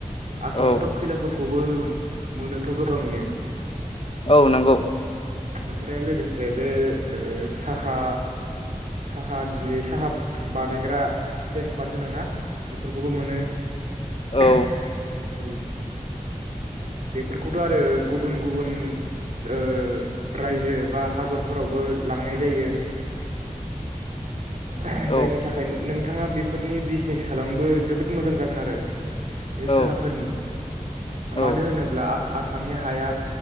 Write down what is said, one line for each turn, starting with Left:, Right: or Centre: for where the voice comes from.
Right: आसामावथ'
Left: औ
Right: खैलाफोरखौ। खौबो मोनोथ' गोबाङैनो।
Left: औ नंगौ।
Right: ओमफ्राय लोगोसे बे ओ साहा साहानि साहा बानायग्रा तेजपात होनोना? बेफोरखौबो मोनो। <unintelligible>
Left: औ
Right: औ। बेफोरखौथ' आरो गुबुन गुबुन ओ रायजो बा हादरफोरावबो लांनाय जायो। <unintelligible>
Left: औ
Right: जायनि थाखाय नों नोंथाङा बेफोरनि बिजिनेस खालामबो जोबोद मोजां जागोन आरो। बे
Left: औ
Right: साहाफोरनि।
Left: औ
Right: मानो होनोब्ला आसामनि हाया